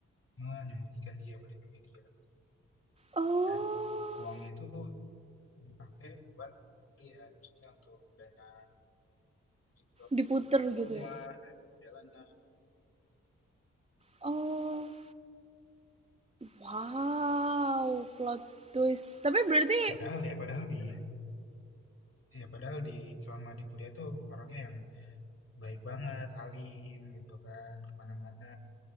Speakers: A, on the left; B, on the right.
A: menyembunyikan dia melindungi dia
B: Oh,
A: dan uangnya itu dipakai buat dia maksudnya untuk dana untuk
B: diputer
A: pindah rumah
B: gitu ya.
A: dan perjalanan
B: Oh, wow, plot twist. Tapi berarti
A: padahal ya padahal di ya padahal di selama di kuliah tuh orangnya yang baik banget alim gitu kan kemana-mana